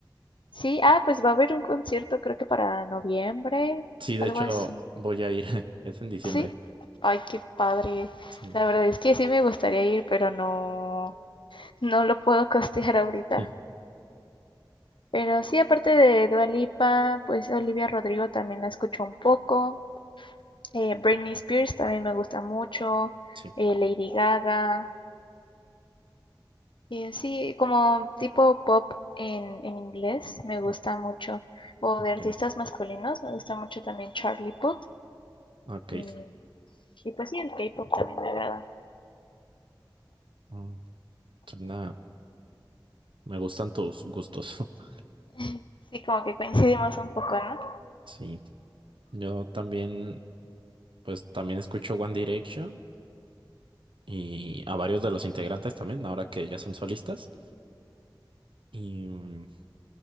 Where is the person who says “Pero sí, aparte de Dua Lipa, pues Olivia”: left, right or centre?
Left